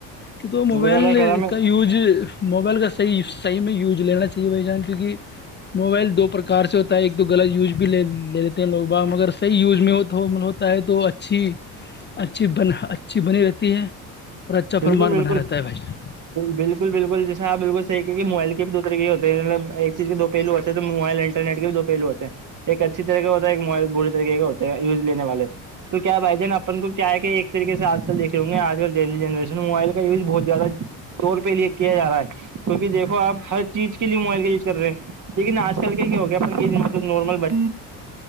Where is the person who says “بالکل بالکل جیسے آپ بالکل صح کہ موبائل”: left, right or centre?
Right